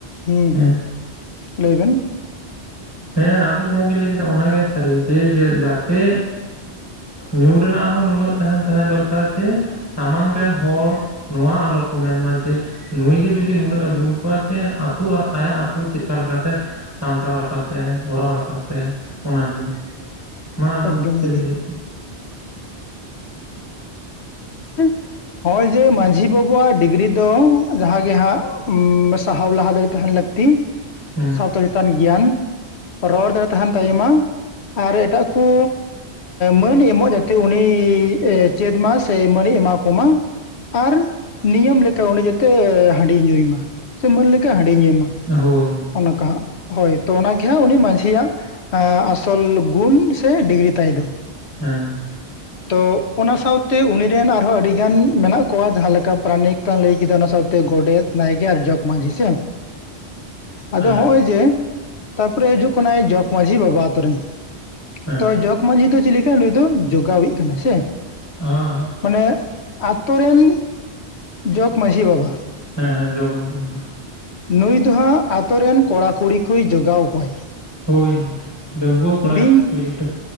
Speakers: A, on the left; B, on the left.
A: ᱦᱩ
B: ᱦᱮᱸ
A: ᱦᱩ ᱞᱟᱹᱭ ᱵᱮᱱ
B: ᱦᱮᱸ ᱟᱵᱤᱱ ᱡᱟᱦᱟᱸ ᱵᱤᱱ ᱞᱟᱹᱭ ᱠᱮᱫᱟ ᱚᱱᱟᱜᱮ ᱥᱟᱹᱨᱤ ᱡᱮ ᱡᱟᱛᱮ ᱧᱩ ᱨᱮᱱᱟᱜ ᱦᱚᱸ ᱱᱩᱱᱟᱹᱜ ᱛᱟᱦᱮᱱ ᱛᱟᱦᱮᱸ ᱫᱚᱨᱠᱟᱨ ᱡᱮ ᱥᱟᱢᱟᱝ ᱨᱮᱱ ᱦᱚᱲ ᱱᱚᱣᱟ ᱟᱞᱚ ᱢᱮᱱᱢᱟ ᱡᱮ ᱱᱩᱭ ᱜᱮ ᱡᱩᱫᱤ ᱱᱩᱱᱟᱹᱜ ᱮ ᱵᱩᱞ ᱠᱚᱣᱟᱜ ᱟ ᱡᱮ ᱟᱛᱳ ᱟᱭᱟᱜ ᱟᱛᱳ ᱪᱤᱠᱟ ᱞᱮᱠᱟᱛᱮ ᱥᱟᱢᱴᱟᱣ ᱨᱟᱠᱟᱵ ᱛᱮ ᱜᱚᱲᱟᱣ ᱨᱟᱠᱟᱵ ᱛᱮ ᱚᱱᱟ ᱡᱤᱱᱤᱥ ᱢᱟ ᱟᱫᱚ
A: ᱮᱠᱫᱚᱢ
B: ᱪᱮᱫ
A: ᱮᱠᱫᱚᱢ
B: ᱵᱤᱱ ᱞᱟᱹᱭᱮᱫ ᱛᱟᱦᱮᱸᱱᱟ
A: ᱦᱮᱸ <inaudible> ᱱᱚᱜᱚᱭ ᱡᱮ ᱢᱟᱺᱡᱷᱤ ᱵᱟᱵᱩᱟᱜ ᱰᱤᱜᱽᱨᱤ ᱫᱚ ᱡᱟᱦᱟᱸᱜᱮ ᱦᱟᱸᱜ ᱥᱟᱦᱟᱣ ᱞᱟᱦᱟ ᱫᱟᱲᱮ ᱛᱟᱦᱮᱱ ᱞᱟᱹᱠᱛᱤ
B: ᱦᱮᱸ
A: ᱥᱟᱶᱛᱟ ᱪᱮᱛᱟᱱ ᱜᱮᱭᱟᱱ ᱨᱚᱲ ᱫᱟᱲᱮ ᱛᱟᱦᱮᱱ ᱛᱟᱭᱢᱟ ᱟᱨ ᱮᱴᱟᱜ ᱠᱚ ᱢᱟᱹᱱ ᱮᱢᱚᱜ ᱡᱟᱛᱮ ᱩᱱᱤ ᱪᱮᱫ ᱢᱟᱭ ᱥᱮ ᱢᱟᱹᱱᱤ ᱮᱢᱟ ᱠᱚᱢᱟ ᱟᱨ ᱱᱤᱭᱚᱢ ᱞᱮᱠᱟ ᱩᱱᱤ ᱡᱟᱛᱮ ᱦᱟᱺᱰᱤ ᱧᱩᱭ ᱢᱟ ᱥᱮ ᱢᱟᱹᱱ ᱞᱮᱠᱟ ᱦᱟᱺᱰᱤ ᱧᱩᱭ ᱢᱟ
B: ᱦᱳᱭ
A: ᱚᱱᱠᱟ ᱦᱟᱜ ᱦᱳᱭ ᱛᱚ ᱚᱱᱟᱜᱮ ᱩᱱᱤ ᱢᱟᱺᱡᱷᱤᱭᱟᱜ ᱟᱥᱚᱞ ᱜᱩᱱ ᱥᱮ ᱰᱤᱜᱽᱨᱤ ᱛᱟᱭ ᱫᱚ
B: <unintelligible>
A: ᱛᱚ ᱚᱱᱟ ᱥᱟᱶ ᱛᱮ ᱩᱱ ᱨᱮᱱ ᱟᱨᱦᱚᱸ ᱟᱹᱰᱤ ᱜᱟᱱ ᱢᱮᱱᱟᱜ ᱠᱚᱣᱟ ᱡᱟᱦᱟᱸ ᱞᱮᱠᱟ ᱯᱨᱟᱱᱤᱠ ᱞᱟᱝ ᱞᱟᱹᱭ ᱠᱮᱫᱟ ᱚᱱᱟ ᱥᱟᱶᱛᱮ ᱜᱚᱰᱮᱛ ᱱᱟᱭᱠᱮ ᱟᱨ ᱡᱚᱠ ᱢᱟᱺᱡᱷᱤ ᱥᱮ
B: ᱦᱮᱸ
A: ᱟᱫᱚ ᱦᱚᱜ ᱚᱭ ᱡᱮ ᱛᱟᱯᱚᱨᱮ ᱦᱤᱡᱩᱜ ᱠᱟᱱᱟᱭ ᱡᱚᱜᱽ ᱢᱟᱹᱡᱷᱤ ᱵᱟᱵᱟ ᱟᱛᱳᱨᱮᱱ
B: ᱦᱮᱸ
A: ᱛᱚ ᱡᱚᱠ ᱢᱺᱡᱷᱤ ᱫᱚ ᱪᱤᱞᱤᱠᱟ ᱱᱩᱭ ᱫᱚ ᱡᱚᱜᱟᱣᱤᱜ ᱠᱟᱱᱟᱭ ᱥᱮ
B: ᱟ ᱦᱟᱜ
A: ᱢᱟᱱᱮ ᱟᱛᱳ ᱨᱮᱱ ᱡᱚᱜᱽ ᱢᱟᱺᱡᱷᱤ ᱵᱟᱵᱟ
B: ᱦᱮᱸ ᱦᱮᱸ ᱡᱚᱜᱽ ᱢᱟᱹᱡᱷᱤ ᱵᱟᱵᱟ
A: ᱱᱩᱭ ᱫᱚ ᱦᱟᱸᱜ ᱟᱛᱳ ᱨᱮᱱ ᱠᱚᱲᱟ ᱠᱩᱲᱤ ᱠᱚᱭ ᱡᱚᱜᱟᱣ ᱠᱚᱣᱟᱭ
B: ᱦᱚᱭ ᱰᱟᱺᱜᱩᱣᱟᱹ ᱠᱚᱲᱟ
A: ᱵᱤᱧ
B: ᱠᱩᱲᱤ ᱜᱤᱫᱽᱨᱟᱹ